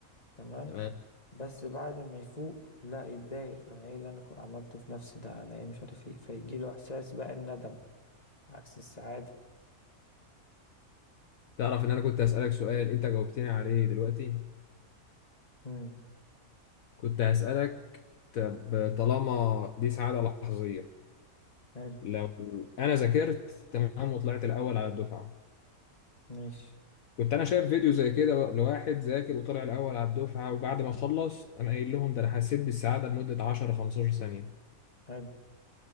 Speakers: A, on the left; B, on the left.
A: تمام
B: تمام
A: بس بعد ما يفوق لا يتضايق انا ايه اللي انا كنت عملته في نفسي ده انا ايه مش عارف ايه فيجيله احساس بقى الندم عكس السعادة
B: تعرف إن أنا كنت هسألك سؤال أنت جاوبتني عليه دلوقتي
A: امم
B: كنت هسألك طب طالما دي سعادة لحظية
A: حلو
B: لو انا ذاكرت تمام وطلعت الاول على الدفعه
A: ماشي
B: كنت انا شايف فيديو زي كده لواحد ذاكر وطلع الاول على الدفعه وبعد ما خلص انا قايل لهم ده انا حسيت بالسعاده لمده 10 15 ثانيه
A: حلو